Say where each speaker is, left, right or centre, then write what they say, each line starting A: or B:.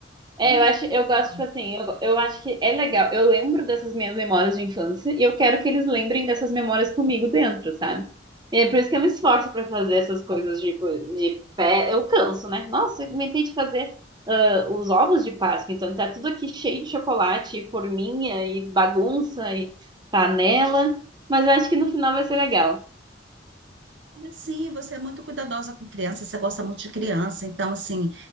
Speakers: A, on the right (about 25°); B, on the right (about 75°).
A: É,
B: Ixi,
A: eu acho,
B: que
A: eu
B: legal.
A: gosto, tipo assim, eu, eu acho que é legal. Eu lembro dessas minhas memórias de infância e eu quero que eles lembrem dessas memórias comigo dentro, sabe? E é por isso que eu me esforço pra fazer essas coisas, tipo, de fé. Eu canso, né? Nossa, eu inventei de fazer ah, os ovos de Páscoa, então tá tudo aqui cheio de chocolate, e forminha, e bagunça, e panela. Mas eu acho que no final vai ser legal.
B: Sim, você é muito cuidadosa com criança, você gosta muito de criança, então assim,